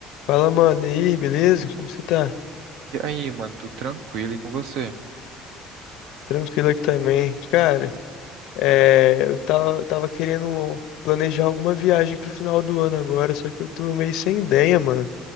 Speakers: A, on the left; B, on the right.
A: Fala, mano, e aí, beleza? Como você tá?
B: E aí, mano, tudo tranquilo e com você?
A: Tranquilo aqui também. Cara, é, eu tava, tava querendo planejar alguma viagem pro final do ano agora, só que eu tô meio sem ideia, mano.